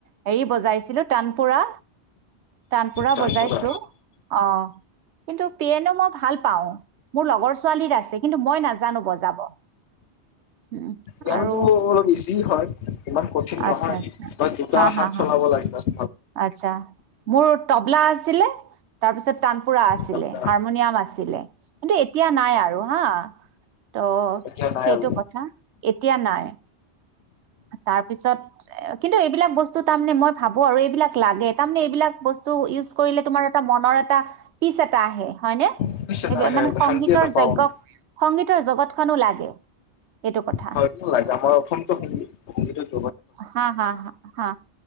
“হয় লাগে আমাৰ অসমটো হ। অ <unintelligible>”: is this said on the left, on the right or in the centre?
Left